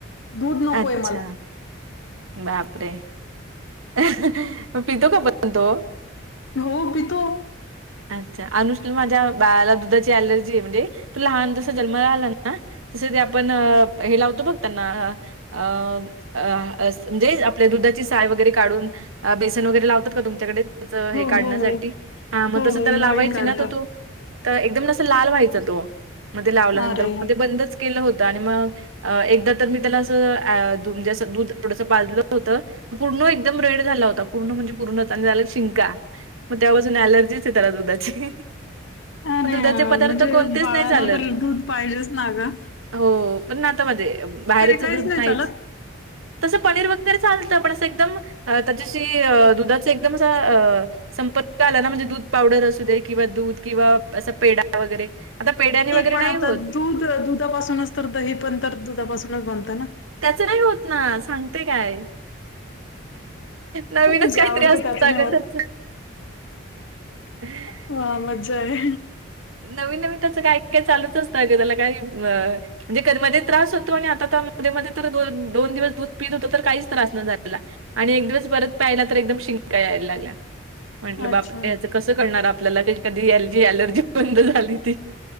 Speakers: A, on the left; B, on the right.
A: दूध नकोय
B: अच्छा
A: मला."
B: बापरे अहं अ मग पितो का फक्त तो
A: हो ओ पितो
B: अच्छा अनुष माझ्या बाळाला दुधाची अलर्जी आहे म्हणजे तू लहान जस जन्ला आला ना तसं ते आपण हे लावतो बघ त्यांना आ अ अहा म्हणजे आपल्या दुधाची साय वगैरे काढून बेसन वगैरे लावतात का तुमच्याकडे त्याच
A: हो,
B: हे काढण्यासाठी
A: हो, हो.
B: हा मग
A: हो,
B: तसं
A: हो,
B: त्याला
A: मळी
B: लावायची
A: काढतात.
B: ना तर तो तर एकदम अस लाल व्हायचं तो मध्ये लावल्यानंतर
A: अरे!
B: म ते बंदच केलं होतं आणि मग अ एकदा तर मी त्याला असं ऍम्हणजे असं दूध थोडसं पाजलं होतं पूर्ण एकदम रेड झाला होता पूर्ण म्हणजे पूर्णत आणि झालं शिंका मग तेव्हापासून अऍलर्जीच आहे त्याला दुधाची
A: अरे
B: मग दुधाचे
A: यार
B: पदार्थ
A: म्हणजे
B: कोणतेच
A: बाळाला
B: नाही चालत.
A: तर दूध पाहिजेच ना ग
B: हो पण ना आता माझं बाहेरच
A: काहीच
B: दूध
A: नाही
B: नाहीच
A: चालत
B: तसं पनीर वगैरे चालत पण असं एकदम अ त्याच्याशी अ दुधाचा एकदम अस आ संपर्क आला ना म्हणजे दुध पावडर असू दे किंवा दूध किंवा असा पेडा वगैरे आता पेड्याने वगैरे
A: पण आता
B: नाही होतं
A: दूध अ दुधापासूनच तर दही पण तर दुधापासूनच बनतं ना
B: त्याच नाही होत ना सांगते कायं नवीनच
A: जे
B: काही
A: आवडतं
B: असतं
A: त्याच नाही
B: अगं
A: होत
B: त्याचं अहं
A: हा मज्जा आहे
B: नवीन नवीन त्याचं काही काय चालूच असतं अगं त्याला काही अ म्हणजे कधी मध्ये त्रास होतो आणि आता तर मध्ये मध्ये तर दो दोन दिवस दूध पीत होत तर काहीच त्रास न जानला आणि एक दिवस परत पाहिला तर एकदम शिंका यायला लागल्या म्हंटलं बापर
A: अच्छा
B: ह्याच कसं करणार आपल्याला क कधी एलजी एलर्जी बंद झाली ती